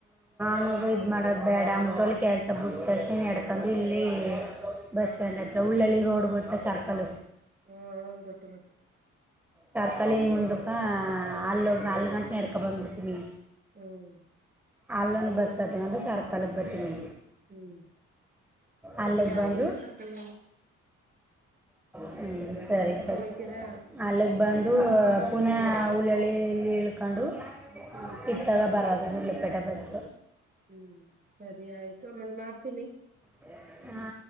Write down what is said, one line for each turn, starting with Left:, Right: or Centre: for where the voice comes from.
Centre: ಹಂಗ ಇದು ಮಾಡೋದು ಬೇಡ ಅಂದ್ಬಿಟ್ಟು ಅಲ್ಲಿ ಕೆಲಸ ಬಿಟ್ಟತಕ್ಷ ನು ನಡ್ತಂದರು ಇಲ್ಲಿ ಬ ಬಸ್ ಸ್ಟ್ಯಾಂಡ್ ಹತ್ರ ಉಳ್ಳಳಿ ರೋಡ್ ಗೊತ್ತ ಸರ್ಕಲ್
Right: ಹ ಹ ಗೊತ್ತು ಗೊತ್ತು.
Centre: ತರಕಲಿನ ಮುಂದಕ ಹಲ್ಲ ಹೋಗಿ ಹಲ್ ಗಂಟೆ ನಡ್ಕ ಬಂದ್ಬಿಡ್ತೀನಿ
Right: ಹ್ಮ್
Centre: ಅಲ್ಲೊಂದು ಬಸ್ ಅದೇ ಸರ್ಕಲ ಬರ್ತೀನಿ
Right: ಹ್ಮ್
Centre: ಅಲ್ಲಿಗೆ
Right: ಅದು ಆಯತ
Centre: ಬಂದು
Right: ಸರ್ಕಲ್
Centre: ಹ್ಮ್ ಸರಿ ಸರಿ
Right: ಹೋಯ್ತೀರಾ
Centre: ಅಲ್ಲಿ ಪುನ ಹುಳ್ಳಳ್ಳಿಲ್ಲಿ ಇಳ್ಕೊಂಡು
Right: ಹ್ಮ್
Centre: ಇತ್ತಾಗ ಬರದು ಊರುಲಿಪೆಟ್ ಬಸ್
Right: ಹ್ಮ್ ಸರಿ ಆಯ್ತು ಆಮೇಲ್ ಮಾಡ್ತೀನಿ.
Centre: ಹಾ